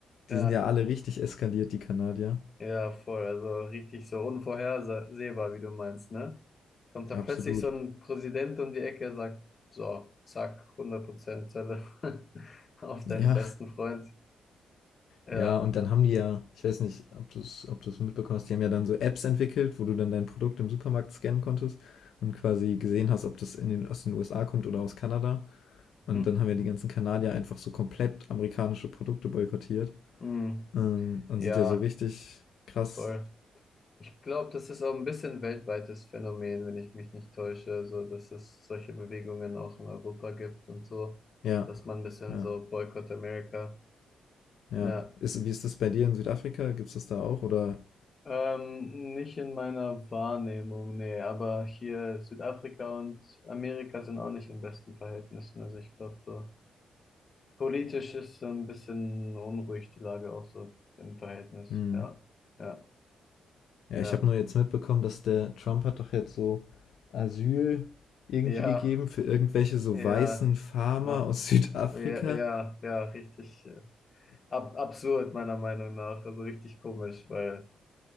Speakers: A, on the left; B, on the left.
A: ja.
B: die sind ja alle richtig eskaliert, die Kanadier.
A: Ja, voll. Also richtig so unvorhersehbar, wie du meinst, ne? Kommt da
B: Absolut.
A: plötzlich so ein Präsident um die Ecke, sagt, so, zack, hundert Prozent Zelle <laughs> auf
B: Ja,
A: deinen besten Freund. Ja.
B: Ja, und dann haben die ja, ich weiß nicht, ob du es ob du's mitbekommen hast, die haben ja dann so Apps entwickelt, wo du dann dein Produkt im Supermarkt scannen konntest und quasi gesehen hast, ob das in den, aus den USA kommt oder aus Kanada.
A: Mhm.
B: Und dann haben ja die ganzen Kanadier einfach so komplett amerikanische Produkte boykottiert
A: Mhm.
B: ähm, und
A: Ja,
B: sind ja so richtig krass.
A: voll. Ich glaube, das ist auch ein bisschen ein weltweites Phänomen, wenn ich mich nicht täusche, so dass es solche Bewegungen auch in Europa gibt und so,
B: Ja,
A: dass man ein bisschen
B: ja,
A: so Boykott America.
B: ja.
A: Ja.
B: Ist, wie ist das bei dir in Südafrika? Gibt es das da auch? Oder?
A: Ähm, nicht in meiner Wahrnehmung, nee, aber hier Südafrika und Amerika sind auch nicht in besten Verhältnissen. Also ich glaube, so politisch ist so ein bisschen unruhig die Lage auch so im Verhältnis.
B: hm?
A: Ja, ja,
B: Ja,
A: ja,
B: ich habe nur jetzt mitbekommen, dass der Trump hat doch jetzt so Asyl irgendwie
A: ja,
B: gegeben für irgendwelche so
A: ja,
B: weißen Farmer
A: wa-
B: aus <laughs> Südafrika.
A: ja, ja, ja, richtig äh, ab absurd meiner Meinung nach. Also richtig komisch, weil,